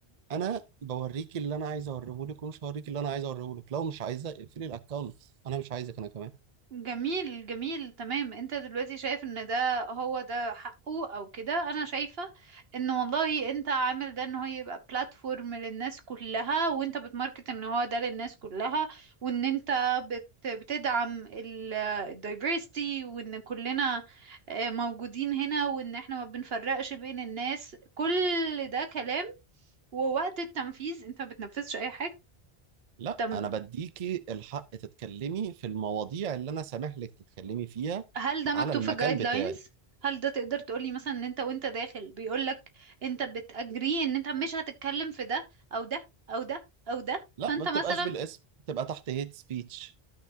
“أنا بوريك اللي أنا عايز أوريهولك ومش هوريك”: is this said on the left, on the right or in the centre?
Right